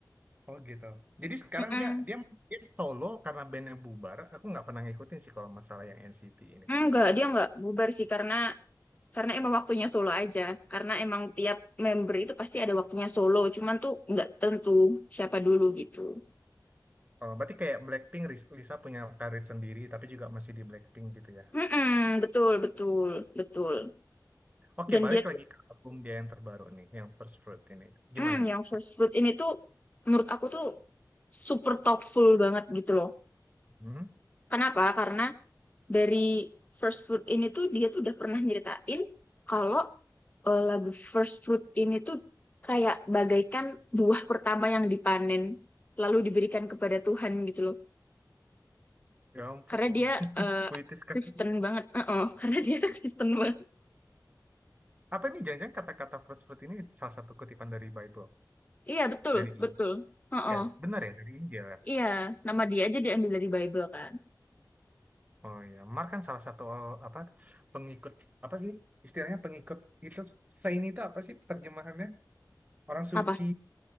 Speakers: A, on the right; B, on the left.
A: Oh gitu. Jadi sekarang
B: Mm-mm.
A: dia dia dia solo karena bandnya bubar. Aku nggak pernah ngikutin sih kalau masalah yang NCT ini.
B: Enggak, dia enggak bubar sih karena karena emang waktunya solo aja. Karena emang tiap member itu pasti ada waktunya solo. Cuman tuh enggak tentu siapa dulu gitu.
A: Oh, berarti kayak Blackpink, Ris- Lisa punya karir sendiri tapi juga masih di Blackpink gitu ya.
B: Mm-mm, betul, betul, betul.
A: Oke,
B: Dan
A: balik
B: dia
A: lagi ke album dia yang terbaru nih, yang First Fruit ini. Gimana
B: Hmm,
A: nih?
B: yang first fruit ini tuh menurut aku tuh super thoughtful banget gitu loh.
A: Hmm?
B: Kenapa? Karena dari first fruit ini tuh dia tuh udah pernah nyeritain kalau eh, lagu first fruit ini tuh kayak bagaikan buah pertama yang dipanen lalu diberikan kepada Tuhan gitu loh.
A: Ya ampun,
B: Karena dia
A: <laughs>
B: eh,
A: puitis sekali.
B: Kristen banget. Heeh, <laughs> karena dia Kristen banget.
A: Apa ini jangan-jangan kata-kata first fruit ini salah satu kutipan dari Bible,
B: Iya, betul,
A: dari
B: betul.
A: Injil.
B: Heeh.
A: Ya, benar ya, dari Injil. ya?
B: Iya, nama dia aja diambil dari Bible kan.
A: Oh ya, Mark kan salah satu eh, apa pengikut apa sih? Istilahnya pengikut itu saint itu apa sih terjemahannya? Orang suci,
B: Apa?